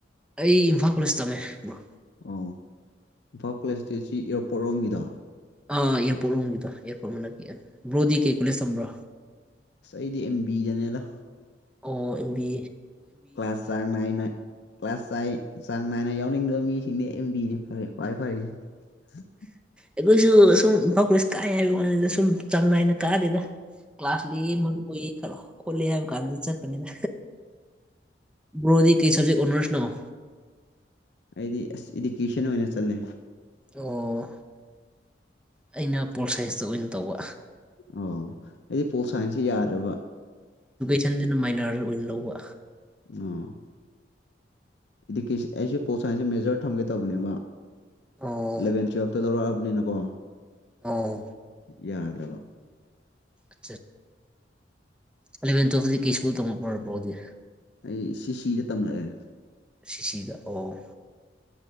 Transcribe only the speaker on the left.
ꯑꯣ ꯏꯝꯐꯥꯜ ꯀꯣꯂꯦꯖꯇꯤ ꯁꯤ ꯏꯌꯥꯔꯄꯣꯔꯠ ꯔꯣꯝꯒꯤꯗꯣ
ꯑꯁ ꯑꯩꯗꯤ ꯑꯦꯝ ꯕꯤꯗꯅꯦꯗ
ꯀ꯭ꯂꯥꯁ ꯆꯥꯡꯅꯥꯏꯅ ꯀ꯭ꯂꯥꯁ ꯆꯥꯏ ꯆꯥꯡ ꯅꯥꯏꯅ ꯌꯥꯎꯅꯤꯡꯗꯕ ꯃꯤꯁꯤꯡꯗꯤ ꯑꯦꯝꯕꯤꯅꯤ ꯐꯔꯦ ꯈ꯭ꯋꯥꯏ ꯐꯔꯤꯁꯦ
ꯑꯩꯗꯤ ꯑꯁ ꯏꯗꯤꯀꯦꯁꯟ ꯑꯣꯏꯅ ꯆꯠꯂꯦ
ꯑꯣ ꯑꯩꯗꯤ ꯄꯣꯜꯁꯥꯏꯟꯁꯦ ꯌꯥꯗ꯭ꯔꯕ
ꯑꯣ ꯏꯗꯨꯀꯦ ꯑꯩꯁꯨ ꯄꯣꯜꯁꯥꯏꯟꯁꯦ ꯃꯦꯖꯔ ꯊꯝꯒꯦ ꯇꯧꯕꯅꯦꯕ
ꯑꯦꯂꯚꯦꯟ ꯇꯨꯋꯜꯐꯇ ꯂꯧꯔꯛꯑꯕꯅꯤꯅꯀꯣ
ꯌꯥꯗ꯭ꯔꯕ
ꯑꯩ ꯁꯤ ꯁꯤꯗ ꯇꯝꯂꯛꯑꯦ